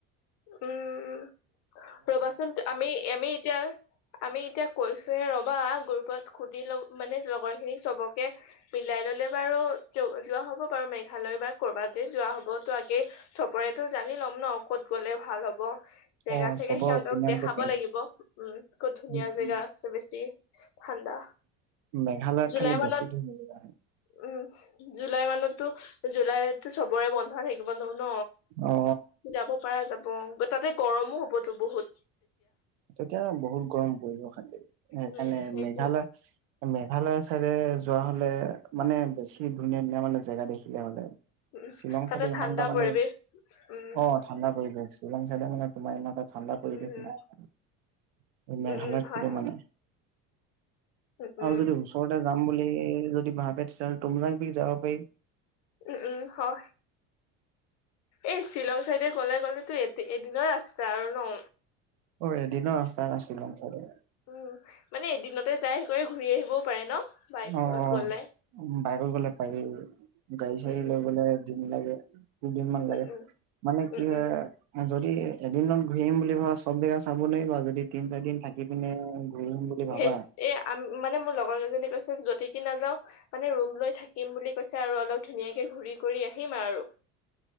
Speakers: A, on the left; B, on the right.
A: উম ৰ'বাচোন আমি আমি এতিয়া আমি এতিয়া কৈছো হে ৰ'বা গ্ৰুপত সুধি লম মানে লগৰখিনিক চবকে মিলাই ল'লে বাৰু যোৱা হ'ব বাৰু মেঘালয় বা ক'ৰবাত য যোৱা হ'ব, ত' আগে চবৰেতো জানি ল'ম ন ক'ত গ'লে ভাল হ'ব।
B: অ'। চবৰ
A: তে সিহঁতক
B: অপিনিয়নটো
A: দেখাব
B: মেইন
A: লাগিব, উম, ক'ত ধুনীয়া
B: উম
A: জেগা
B: উম
A: আছে বেছ <unintelligible> ঠাণ্ডা।
B: মেঘালয়ত
A: জুুলাই
B: খালি বেছি
A: মানত,
B: ধুনীয়া জেগা
A: উম জুলাই মানততো জুলাইতটো চবৰে বন্ধা থাকিব নহ ন
B: অ
A: যাব পাৰা যাব। অঁ, তাতে গৰমো হ'ব। টো বহুত
B: তেতিয়া বহুত গৰম পৰিব খালি, সেইকাৰণে
A: উম সেইটোৱে
B: মেঘালয় মে মেঘালয় চাইদে যোৱা হ'লে মানে বেছি ধুনীয়া ধুনীয়া মানে জেগা দেখিলে হ'লে।
A: উম
B: শ্বিলং
A: তাতে
B: চাইডে ইমান
A: ঠাণ্ডা
B: এটা মানে
A: পৰিৱেশ, উম।
B: অ ঠাণ্ডা পৰিৱেশ শ্বিলং চাইদে মানে তোমাৰ ইমানটা ঠাণ্ডা পৰিৱেশ
A: উম,
B: নাই। মেঘালয়ত
A: উম, উম, হয়,
B: <unintelligible>
A: হয়,
B: মানে।
A: উম, উম,
B: আৰু যদি ওচৰতে যাম বুলি ই যদি ভাবে তেতিয়াহ'লে টুমজাং পিক যাব পাৰি।
A: উম, উম, হয়। এই শ্বিলং চাইডে গ'লে গ'লেতো এ এদিনৰ ৰাস্তা আৰু ন?
B: অ' এদিনৰ ৰাস্তা শ্বিলং চাইডে।
A: উম, মানে এদিনতে যাই কৰি ঘূৰি আহিবও পাৰে ন? বাইকত
B: অ অ
A: গ'লে?
B: উম, বাইকত গ'লে পাৰি। গাড়ি‌‌ চাড়ি
A: উম,
B: লৈ
A: উম,
B: গ'লে তাকেই। দিনমান
A: উম,
B: লাগে।
A: উম,
B: মানে কি
A: উম,
B: হয়
A: উম,
B: যদি ই এদিনত ঘূৰি আহিম বুলি ভাবা চব জেগা চাব নোৱাৰিবা, যদি তিন চাৰি দিন থাকি পিনে ঘূৰি আহিম বুলি ভাবা
A: সেই এ আম মানে মোৰ লগৰ কেজনী কৈছ যতিকি নাযাও মানে ৰুম লৈ থাকিম বুলি কৈছে আৰু অলপ ধুনীয়াকে ঘুৰি কৰি আহিম আৰু।